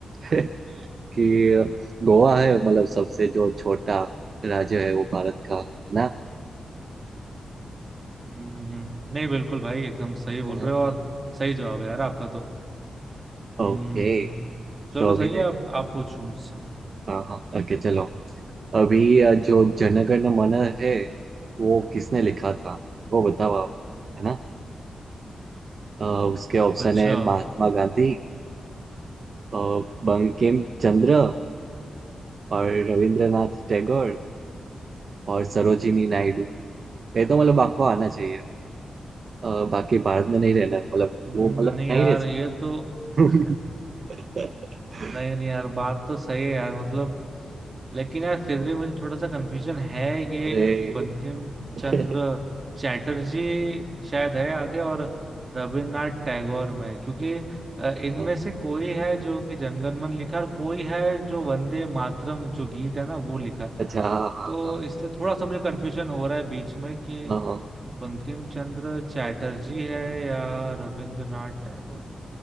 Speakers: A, on the right (about 55°); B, on the right (about 35°).
A: <laughs> कि गोवा है मतलब सबसे जो छोटा राज्य है वो भारत का है ना
B: हम्म, नहीं बिल्कुल भाई एकदम सही बोल
A: हाँ,
B: रहे हो और
A: हाँ,
B: सही जवाब है यार आपका तो हम्म
A: ओके
B: चलो
A: तो
B: सही
A: अभी देख
B: है आप आप पूछो मुझसे
A: हाँ हाँ ओके चलो अभी अ, जो जनगण मन है वो किसने लिखा था वो बताओ आप है ना अ, उसके ऑप्शन
B: अच्छा
A: है महात्मा गांधी अ, बंकिम चंद्र और रविंद्रनाथ टैगोर और सरोजिनी नायडू ये तो मतलब आपको आना चाहिए अ, बाकी भारत में नहीं रहना मतलब
B: हम्म
A: वो मतलब
B: नहीं
A: नहीं
B: यार
A: रह
B: ये तो
A: सकते
B: <laughs>
A: <laughs>
B: नहीं नहीं यार बात तो सही है यार मतलब लेकिन यार फिर भी मुझे थोड़ा सा कंफ्यूजन है ये
A: अरे
B: बंकिम
A: <laughs>
B: चंद्र चैटर्जी शायद है आगे और रविन्द्रनाथ टैगोर में क्योंकि अ, इनमें
A: हाँ
B: से कोई है जो कि जनगणमन लिखा है और कोई है जो वंदे मातरम जो गीत है ना वो लिखा है
A: अच्छा हाँ हाँ
B: तो
A: हाँ
B: इसलिए थोड़ा सा मुझे कंफ्यूजन हो रहा है बीच में कि
A: हाँ
B: बंकिम चंद्र चैटर्जी है या रविंद्रनाथ टैगोर अ,